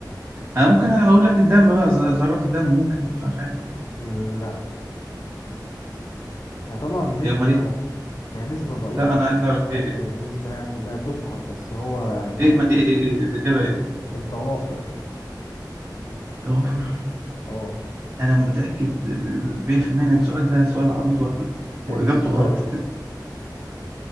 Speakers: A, on the right; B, on the left.
A: انا ممكن اقول لك الدم بقى ز- ذرات الدم ممكن مش عارف
B: لا هي طبعا نسبة
A: ايه امال ايه
B: هي نسبة ضئيلة
A: لا انا
B: زي
A: عايز
B: ما
A: اعرف
B: قلت لك
A: ايه ايه
B: هي نسبة يعني لا تذكر بس هو موجود
A: ايه ما ايه ايه, إيه الاجابه ايه
B: الضوافر
A: توافر
B: اه
A: انا متاكد 100% انك السؤال ده سؤال عبيط وهبل واجابته
B: السؤال
A: غلط <laughs>